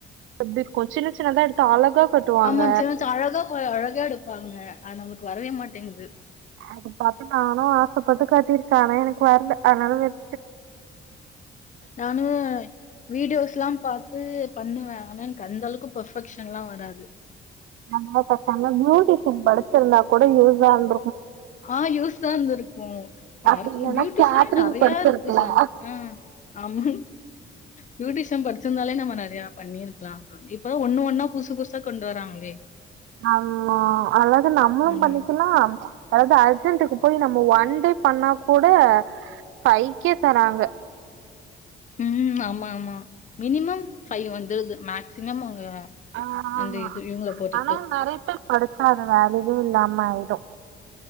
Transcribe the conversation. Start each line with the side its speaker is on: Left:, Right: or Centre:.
Right: எப்படிக்கும் சின்ன சின்னதா எடுத்து அழகா கட்டுவாங்க
Left: ஆமாஞ்சின் சி அழகா கு அழகா எடுப்பாங்க அது நம்மளுக்கு வரவே மாட்டேங்குது
Right: அத பாத்து நானு ஆசப்பட்டு கட்டிருக்க ஆனா எனக்கு வர்ல அதனால விட்டுட்ட
Left: நானு வீடியோஸ் எல்லாம் பா த்து பண்ணுவே ஆனா எனக்கு அந்த அளவுக்கு பெர்பெக்ஷன் ல்லா வராது
Right: நம்ம பேசாம பியூட்டிஷியன் படிச்சிருந்தா கூட யூஸ் ஆ இருந்
Left: ஆஹ் யூஸா இருந்திருக்கும நற
Right: அப்டி இல்லன்னா
Left: பியூட்டிஷியனே
Right: கேட்ரிங்
Left: நறையா
Right: படிச்சிருக்கலா
Left: இருக்கு ஷா ஆஹ் ஆமா புயூட்டிஷம் படிச்சிருந்தாலே நம்ம நெறையா பண்ணிருக்கலா இப்பதா ஒண்ணு ஒன்னா புதுசு புதுசா கொண்டு வராங்களே
Right: ஆம்மா அதாவது நம்மளும்
Left: ம்.
Right: பண்ணிக்கலா அதாவது அ சிந்துக்கு போயி நம்ம ஒன் டே பண்ணா கூட ஃபைக்கே தராங்க
Left: உம் ஆமா ஆமா மினிமம் ஃபைவ் வந்துருது மேக்சிமம் அவங்க
Right: ஆஹ் ஆமா
Left: அந்த இது இவங்கள பொறுத்து.
Right: ஆனாலு நறைய பேர் படிச்சா அது வேல்யுவே இல்லாம ஆயிடு